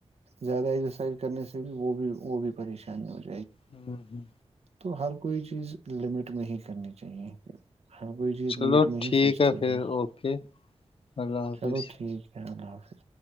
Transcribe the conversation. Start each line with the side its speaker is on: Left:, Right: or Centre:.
Right: زیادہ ایکسرسائز کرنے سے بھی وہ بھی وہ بھی پریشانی ہو ج
Left: ہوں ہوں
Right: تو ہر کوئی چیز لمٹ نہیں ہی کر اہ ہر کوئی چیز
Left: چلو
Right: لمٹ میں
Left: ٹھیک
Right: ہی سجتی
Left: پھر
Right: ہے
Left: اوکے اللہ حافظ
Right: چلو ٹھیک ہے چ اللہ حافظ